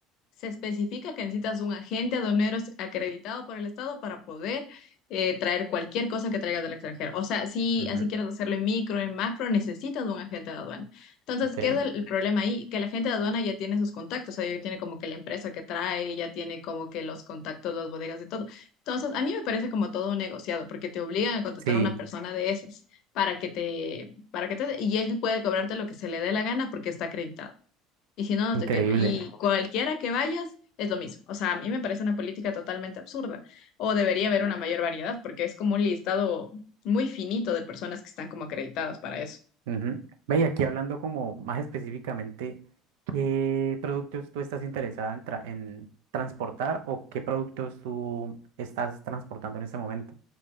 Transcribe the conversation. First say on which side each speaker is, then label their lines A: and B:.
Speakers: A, on the left (about 60°); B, on the right (about 85°).
A: Se especifica que necesitas un agente aduanero acreditado por el Estado para poder eh, traer cualquier cosa que traigas del extranjero. O sea, si
B: ujú,
A: así quieres hacerlo en micro, en macro, necesitas un agente de aduana. Entonces,
B: Ok.
A: ¿qué es el, el problema ahí? Que el agente de aduana ya tiene sus contactos, o sea, ya tiene como que la empresa que trae, ya tiene como que los contactos, las bodegas y todo. Entonces, a mí me parece como todo un negociado, porque te obligan a contratar
B: Sí,
A: a una persona de esas para que te, para que te, y él puede cobrarte lo que se le dé la gana porque está acreditado y si no, no
B: increíble.
A: te firma. Y cualquiera que vayas es lo mismo. O sea, a mí me parece una política totalmente absurda. O debería haber una mayor variedad, porque es como un listado muy finito de personas que están como acreditadas para eso.
B: Ujú. Ve, y aquí hablando como más específicamente, ¿qué productos tú estás interesada en, tra- en transportar o qué productos tú estás transportando en este momento?